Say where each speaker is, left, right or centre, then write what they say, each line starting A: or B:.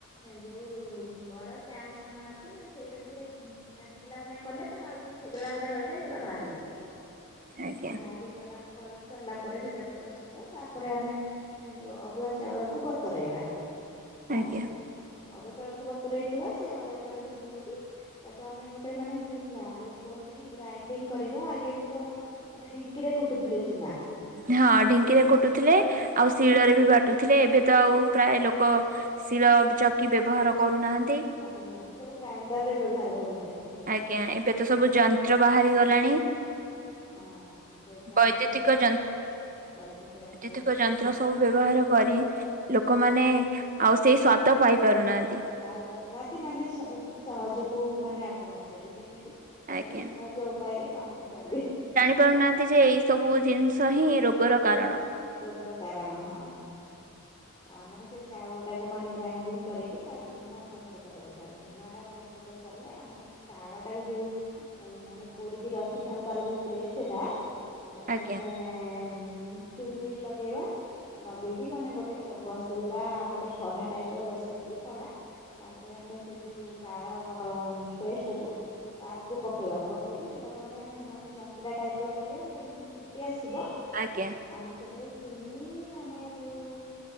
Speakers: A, on the left (about 20°); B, on the right (about 35°).
A: ଏ ଯୋଉ ବଡ଼ ଚା ଛଣା ଅଛି ନା ସେଇଥିରେ ଟିକେ ଛାଙ୍କିଲା ଭଳିଆ କଲେ ତାର ଆଉ ଛେଦଡ଼ା ଗୁଡା ରହିଥାଏ ସେଗୁଡା ବାହାରିଯିବ।
B: ଆଜ୍ଞା
A: ବାହାରି ଗଲା କଲ ସରିଲା ପରେ ସେଟାକୁ ପ୍ରସ୍ତୁତ ତାପରେ ଆମେ ଯୋଉ ଅରୁଆ ଚାଉଳକୁ ବତରେଇବା ପାଣିରେ।
B: ଆଜ୍ଞା
A: ଅରୁଆ ଚାଉଳକୁ ବତରେଇଥିବା ସେ ଅରୁଆ ଚାଉଳକୁ ଧୋଇକି ତାକୁ ଆମେ ଗୋଟେ ମାନେ ଚୁନା ଯୋଉ କୁହନ୍ତି କି ଗ୍ରାଇଣ୍ଡିଙ୍ଗ କରିବ ଆଗେ ବି ତ ମାନେ ଢିଙ୍କିରେ କୁଟୁଥିଲେ ଚୁନା।
B: ହଁ ଢିଙ୍କିରେ କୁଟୁଥିଲେ ଆଉ ଶିଳରେ ବି ବାଟୁଥିଲେ। ଏବେ ତ ଆଉ ପ୍ରାୟ ଲୋକ ଶିର ଚକି ବ୍ୟବହାର କରୁନାହାନ୍ତି।
A: ପାରୁନାହାନ୍ତି ସବୁ ଗ୍ରାଇଣ୍ଡରରେ ବ୍ୟବହାର କରୁଛନ୍ତି।
B: ଆଜ୍ଞା ଏବେ ତ ସବୁ
A: ହଁ
B: ଯନ୍ତ୍ର ବାହାରି ଗଲାଣି।
A: ହଁ ସେ ଗ୍ରାଇଣ୍ଡରରେ
B: ବୈଦ୍ୟୁତିକ
A: ବୈଦିକ ଯନ୍ତ୍ର
B: ବୈଦିକ
A: ସେ
B: ଯନ୍ତ୍ର ସବୁ ବ୍ୟବହାର କରି ଲୋକମାନେ ଆଉ ସେଇ ସ୍ଵାଦ ପାଇପାରୁନାହାନ୍ତି।
A: ପାଇପାରୁନାହାନ୍ତି ମାନେ ସବୁ ସହଜକୁ ମାନେ ଆପଣାଉଛନ୍ତି କେମିତି ମାନେ
B: ଆଜ୍ଞା
A: ସହଜ ଉପାୟରେ କାମଟି କରିବେ।
B: ବୁଝିପାରୁନାହାନ୍ତି ଯେ ଏଇ ସବୁ ଜିନିଷ ହିଁ ରୋଗର କାରଣ।
A: ରୋଗର କାରଣ ହଁ। ଆମର ସେଇ ଚାଉଳଟାକୁ ମାନେ ଗ୍ରାଇଣ୍ଡିଙ୍ଗ କରିକି ତା ଚୁନା ପ୍ରସ୍ତୁତ କରିଥାଉ। ଚୁନାଟା ପ୍ରସ୍ତୁତ ସରିଲେ ଆମର ତାଳ ଟାକୁ ଯୋଉ ଉମ୍ ମାନେ କୋରିକି ରଖିଥାଉ ତାର ଯୋଉ ପେଷ୍ଟେଟା ତାକୁ ଆମେ
B: ଆଜ୍ଞା
A: ଚୁଲି ଲଗେଇବା ଲଗେଇକି ମାନେ ଗୋଟେ ବସେଇବା ଗୋଟେ କଢା ଟାଇପ୍ ର ବସେଇକି କଢା ତାପରେ ଆମେ ସେ ଯେଉଁ ତାଳ ପେଷ୍ଟକୁ ତାକୁ ପକେଇବା ପକେଇକି ସେଇଟାକୁ ଆମେ ମାନେ ଯନ୍ତିଲା ଟାଇପ୍ ର କରିବା ସେଇଟା ଯେମିତି ଫୁଟି ଆସିବ।
B: ଆଜ୍ଞା।
A: ଆମେ ସେଥିରେ ଚିନି ଆମର ଯୋଉ